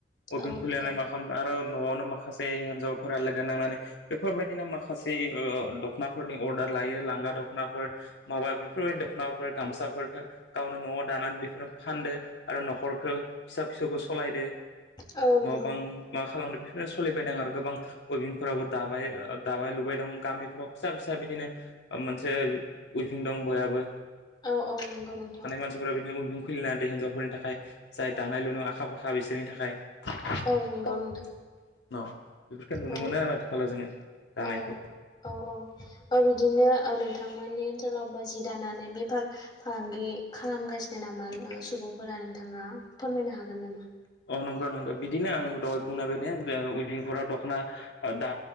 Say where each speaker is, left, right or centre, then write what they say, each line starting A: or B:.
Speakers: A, on the left; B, on the left.
A: उइभिं
B: औ
A: खुलिनानै
B: नंगौ
A: मा खालाम। आरो न'आवनो माखासे हिनजावफोरा लोगो नांनानै बेफोरबायदिनो माखासे दख'नाफोरनि अर्दार लायो लांगा दख'नाफोर माबा बेफोरबायदि दख'नाफोर गामसाफोरफोरखौ गावनो। न'आव दानानै बेखौनो फानदो आरो न'खरखौ फिसा फिसौखौ सालायदो।
B: औ नंगौ
A: न' बां मा खालामदों बेफोरनो सोलिबायदों आरो गोबां उइबिंफोरावबो दाबाय दाबाय लुबाय दं गामिफ्राव फिसा फिसा बिदिनो मोनसे उइफिं दं बयाबो
B: औ औ नंगौ नोंथां
A: मानसिफोरा बिदिनो उयभुं खुलिनानै थाखाय जाय
B: औ
A: दानाय लुनो आखा फाखा बिसोरनि थाखाय न
B: औ नंगौ नोंथां
A: बेफोरखौ नुनो
B: औ
A: मोनो आरो आथिखालाव जोङो दानायखौ।
B: औ औ बिदिनो नोंथांमोननि ओनसोलावबो बेफार फालांगि खालामगासिनो नामा सुबुंफोरा नोंथाङा फोरमायनो हागोन नामा
A: अ नंगौ नंगौ बिदिनो आं दहाय बुंनायबायाय ने उइभंखराव दख'ना दा